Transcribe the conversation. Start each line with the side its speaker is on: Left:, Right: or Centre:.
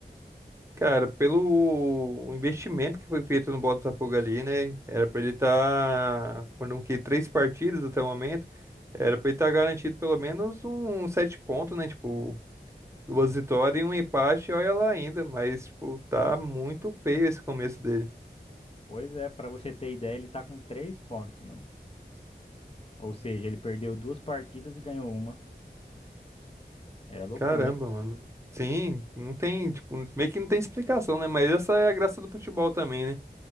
Right: cara, pelo investimento que foi feito no Botafogo ali, né? Era pra ele estar, tá, foram o quê? Três partidas até o momento, era pra ele estar tá garantido pelo menos um sete pontos, né? Tipo, duas vitórias e um empate, olha lá ainda, mas, tipo, tá muito feio esse começo dele.
Left: Pois é, pra você ter ideia, ele tá com três pontos, mano. Ou seja, ele perdeu duas partidas e ganhou uma. É loucura,
Right: Caramba,
Left: hein?
Right: mano. Sim, não tem, tipo, meio que não tem explicação, né? Mas essa é a graça do futebol também, né?